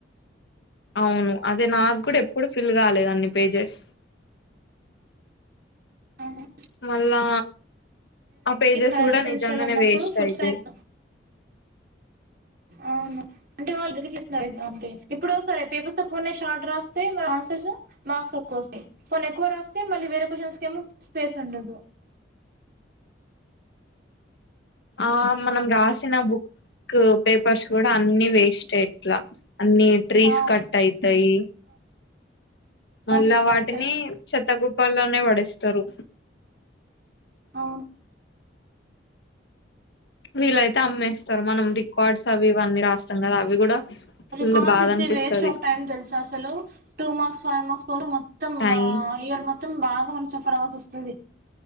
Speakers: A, on the left; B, on the right.
A: అవును అది నాకు కూడా ఎప్పుడు ఫిల్ కాలే అన్ని పేజెస్
B: ఆహా
A: మళ్ళా ఆ పేజెస్
B: ఫైనల్
A: కూడా
B: సెమిస్టర్లో
A: నిజంగానే
B: ఉన్నప్పుడు
A: వేస్ట్
B: ఫుడ్
A: అయితే
B: సైన్స్ అవును అంటే వాళ్ళు దిదిరిలిస్తున్నారు <unintelligible> అంటే ఇప్పుడు సరే పేపర్స్ తక్కువ ఉన్నాయి షార్ట్ రాస్తే మరి ఆన్సర్స్ మార్క్స్ తక్కువ వస్తాయి పోనీ మరి ఎక్కువ రాస్తే మళ్లీ వేరే క్యూస్షన్స్ కి ఏమో పేస్ ఉండదు
A: ఆ మనం రాసిన బుక్ బుక్ పేపర్స్ కూడా అన్ని వేస్తే ఎట్లా అన్ని ట్రీస్
B: ఆ
A: కట్ అయితాయి మళ్ళా
B: అవును
A: వాటిని
B: కరెక్టే
A: చెత్త కుప్పల్లోనే పడేస్తారు
B: ఆ
A: వీలైతే అమ్మేస్తారు మనం రికార్డ్స్ అవివన్నీ రాస్తుండగా అవి కూడా ఫుల్
B: రికార్డ్స్
A: బాధ
B: అయితే
A: అనిపిస్తది
B: వేస్ట్ ఆఫ్ టైమ్ తెలుసా అసలు two marks five marks four మొత్తం
A: టై
B: ఆ ఇయర్ మొత్తం బాగా మనం సఫర్ అవ్వాల్సో స్తాది